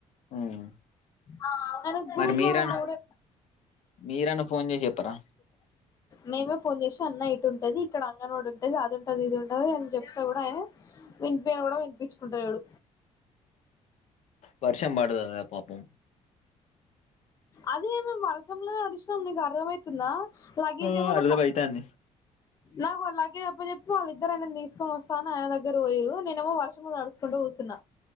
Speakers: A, on the left; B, on the left.
A: ఉమ్
B: ఆ తను గురుద్వారా
A: మరి మీరన్న
B: అంటే గుడ
A: మీరన్న ఫోన్ చేసి చెప్పరా
B: మేమే ఫోన్ చేసి అన్న ఇటు ఉంటది ఇక్కడ అంగన్వాడి ఉంటది అది ఉంటది ఇది ఉంటది అని చెప్తే గుడ ఆయన వినిపియని గుడ వినిపించుకుంటలేడు
A: వర్షం బడదదా పాపం
B: అదేమో మరస్ వర్షంలో తడిష్నం నీకు అర్ధమైత్ తిన్నా లగీజ్
A: ఆ
B: ఏమన్నా
A: అర్ధం
B: క
A: అయితాంది
B: నాకు లగీజ్ అప్పజెప్పి వాళ్ళిద్దరె నన్ని తీసుకొని వస్తాను ఆయ దగ్గరి పోయురు నేనేమో వర్షంలో తడుసుకుంటూ కూసున్న